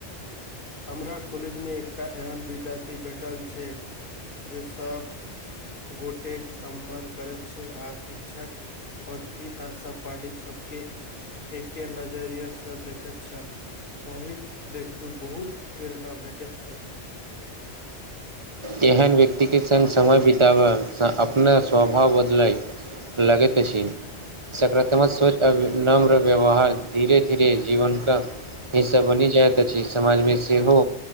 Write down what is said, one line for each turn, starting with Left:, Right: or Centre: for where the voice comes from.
Left: हमरा कॉलेजमे एकटा एहन विद्यार्थी भेटल छै। जे सब गोटेक सम्मान करैत छै आ शिक्षक होथि आ सपाटिक सब केँ एके नजरिया सँ देखैत छल ओहि देखू बहुत प्रेरणा भेटैत छल
Right: एहन व्यक्ति केँ संग समय बिताबल अपना स्वभाव बदलय लगैत अछि सकारात्मक सोच आ विनम्र व्यवहार धीरे - धीरे जीवन कऽ हिसा बनि जाइत अछि समाजमे सेहो